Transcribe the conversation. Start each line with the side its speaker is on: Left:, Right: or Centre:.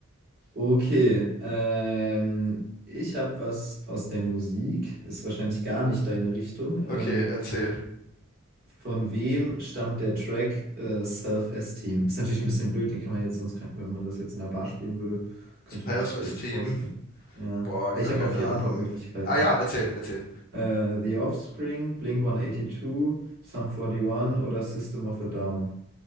Right: Okay, ähm, ich habe was aus der Musik, ist wahrscheinlich gar nicht deine Richtung. Ähm,
Left: Okay, erzähl.
Right: von wem stammt der Track äh, Self-Esteem? Ist natürlich ein bisschen blöd, den kann man jetzt sonst, kann- wenn man das jetzt in einer Bar spielen würde, könnte
Left: Self-Esteem.
Right: ich dir das vorspielen. Ja,
Left: Boah,
Right: Äh,
Left: gar
Right: ich habe
Left: keine
Right: auch vier
Left: Ahnung.
Right: Antwortmöglichkeiten.
Left: Ah ja, erzähl, erzähl.
Right: Äh, The Offspring, Blink-182, Sum 41 oder System of a Down.